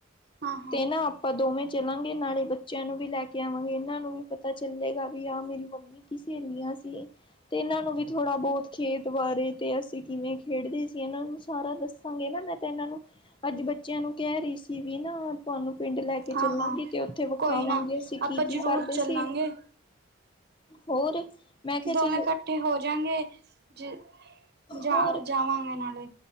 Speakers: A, on the right (about 50°); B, on the left (about 25°).
A: ਹਾਂ-ਹਾਂ,
B: ਤੇ, ਨਾ। ਆਪਾਂ ਦੋਵੇਂ ਚੱਲਾਂਗੇ। ਨਾਲੇ ਬੱਚਿਆਂ ਨੂੰ ਵੀ, ਲੈ ਕੇ ਆਵਾਂਗੇ। ਇਹਨਾਂ ਨੂੰ ਵੀ, ਪਤਾ ਚੱਲੇਗਾ ਵੀ ਆਹ ਮੇਰੀ ਮੰਮੀ। ਕਿਸੇਨੀਆਂ ਸੀ ਤੇ ਇਹਨਾਂ ਨੂੰ ਵੀ, ਥੋੜਾ ਬਹੁਤ ਖੇਤ ਬਾਰੇ, ਤੇ ਅਸੀਂ ਕਿਵੇਂ ਖੇਡਦੇ ਸੀ। ਇਹਨਾਂ ਨੂੰ ਸਾਰਾ ਦੱਸ। ੱਸਾਂਗੇ ਨਾ ਮੈਂ ਤਾਂ ਇਹਨਾਂ ਨੂੰ ਅੱਜ ਬੱਚਿਆਂ ਨੂੰ ਕਹਿ ਰਹੀ ਸੀ ਵੀ ਨਾ ਤੁਹਾਨੂੰ ਪਿੰਡ ਲੈ ਕੇ ਚੱਲਾਂਗੀ
A: ਹਾਂ-ਹਾਂ
B: ਤੇ ਉੱਥੇ ਵਿਖਾਵਾਂਗੇ
A: ਕੋਈ ਨਾ
B: ਅਸੀਂ ਕੀ
A: ਆਪਾਂ ਜ਼ਰੂਰ
B: ਕੀ ਕਰਦੇ ਸੀ
A: ਚੱਲਾਂਗੇ।
B: ਹੋਰ ਮੈਂ ਕਿਹਾ
A: ਦੋਵੇਂ
B: ਚੱਲ
A: ਇਕੱਠੇ ਹੋ ਜਾਗੇ ਜ ਜਾ
B: ਹੋਰ
A: ਜਾਵਾਂਗੇ ਨਾਲੇ